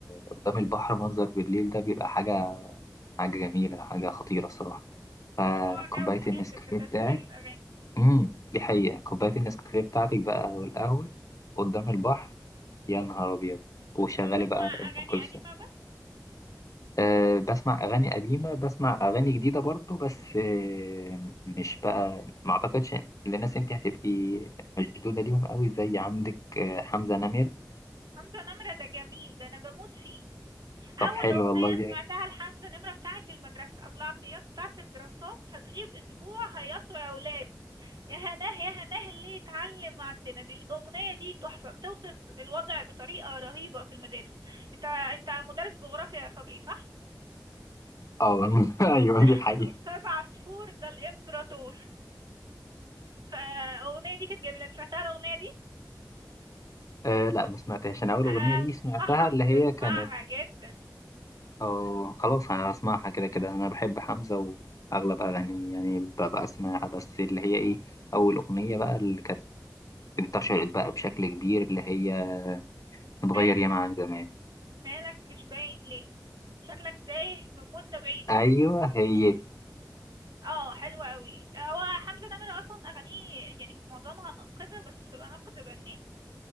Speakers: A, on the left; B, on the right.
A: قدام البحر منظر بالليل ده بيبقى حاجة حاجة جميلة حاجة خطيرة الصراحة فكوباية
B: ما هو جو مناسب
A: النسكافيه
B: لتشغيل
A: بتاعك
B: الاغاني
A: امم دي حقيقة كوباية النسكافيه بتاعتك بقى والقهوة قدام البحر يا نهار أبيض وشغالي
B: بس انت بتسمع
A: بقى أم
B: اغاني
A: كلثوم
B: قديمة بس
A: أه بسمع أغاني قديمة بسمع أغاني جديدة برضو بس أه مش بقى ما أعتقدش للناس أنت هتبقي مشدودة ليهم قوي زي عندك آه، حمزة نمرة
B: حمزة نمرة ده جميل ده انا بموت فيه اول
A: طب حلو
B: اغنيه
A: والله جامد
B: سمعتها لحمزه نمره بتاعه المدرسه ابو العطيات بتاعه الدراسات هتغيب اسبوع هيسوا يا اولاد يا هناه يا هناه اللي يتعلم عندنا دي الاغنيه دي تحفه بتوصف الوضع بطريقه رهيبه في المدارس انت انت مدرس جغرافيا يا صبري صح
A: اه والله. <laughs> ايوه
B: <laughs>
A: دي حقيقة
B: استاذ عصفور ده الامبراطور فالاغنيه دي كانت جميله أنت سمعتها الاغنيه دي
A: آه لا ما سمعتهاش انا اول اغنية
B: انصحك
A: دي سمعتها اللي هي
B: تسمعها
A: كانت
B: جدا
A: اه خلاص انا بسمعها كده كده انا بحب حمزة واغلب اغانيه يعني ببقى اسمعها بس اللي هي ايه اول اغنية بقى اللي كانت انتشرت بقى بشكل كبير اللي هي متغير
B: مالك
A: ياما عن زمان
B: مالك مش باين ليه شكلك تايه من مده بعيده
A: ايوه هي دي
B: اه حلو قوي هو حمزة نمرة اصلا اغانيه يعني معظمها ناقدة بس بتبقى نقد بناء